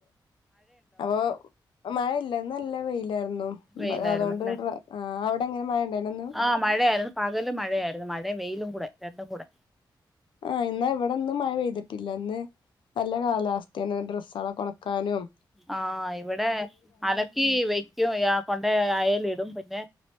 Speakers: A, on the left; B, in the centre.
A: അപോ മഴയില്ല ന്ന്ല്ല വെയിലായിരുന്നു.
B: വെയിലായിരുന്നല്ലേ
A: അതുകൊണ്ട് അവിടെങ്ങനെ മഴയുണ്ടായിരുന്നോ ഇന്ന്?
B: ആഹ് മഴയായിരുന്നു പകല് മഴയായിരുന്നു. മഴേം വെയിലുംകുടെ, രണ്ടുംകുടെ.
A: ആഹ് ഇന്ന് ഇവിടൊന്നും മഴ പെയ്തിട്ടില്ല. ഇന്ന് നല്ല കാലാവസ്ഥേന്നു ഡ്രെസ്സളക്ക ഒണക്കാനും.
B: ആഹ് ഇവിടെ അലക്കി വെക്കും. കൊണ്ടോ അയെലിടും പിന്നെ